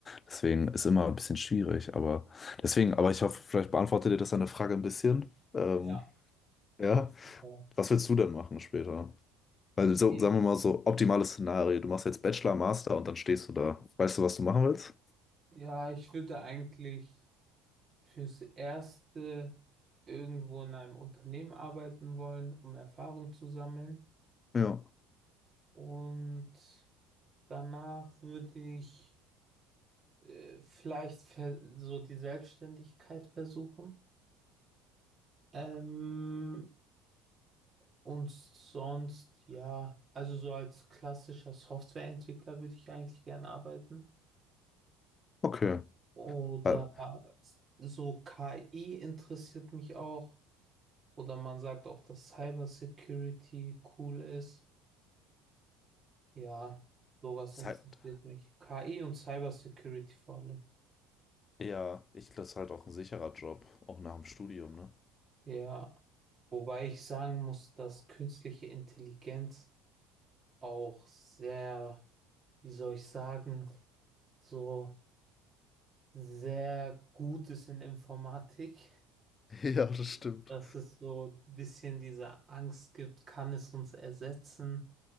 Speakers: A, on the left (about 35°); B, on the right (about 30°).
A: deswegen ist immer ein bisschen schwierig, aber deswegen, aber ich hoffe, vielleicht beantwortet ihr das deine Frage ein bisschen. Ähm,
B: ja.
A: ja,
B: Auf jeden Fall.
A: was willst du denn machen später? Weil so,
B: Ich,
A: sagen wir mal so, optimales Szenario, du machst jetzt Bachelor, Master und dann stehst du da. Weißt du, was du machen willst?
B: ja, ich würde eigentlich fürs Erste irgendwo in einem Unternehmen arbeiten wollen, um Erfahrung zu sammeln.
A: Ja,
B: Und danach würde ich äh, vielleicht ver- so die Selbstständigkeit versuchen. Ähm, Und sonst, ja, also so als klassischer Softwareentwickler würde ich eigentlich gerne arbeiten.
A: okay.
B: Oder
A: Ja,
B: so KI interessiert mich auch. Oder man sagt auch, dass Cybersecurity cool ist. Ja, sowas
A: Ist
B: interessiert
A: halt,
B: mich. KI und Cybersecurity vor allem.
A: ja, ich glaube, es ist halt auch ein sicherer Job, auch nach dem Studium, ne?
B: Ja, wobei ich sagen muss, dass künstliche Intelligenz auch sehr, wie soll ich sagen, so sehr gut ist in Informatik,
A: <laughs> Ja, stimmt.
B: Mhm. dass es so ein bisschen diese Angst gibt, kann es uns ersetzen?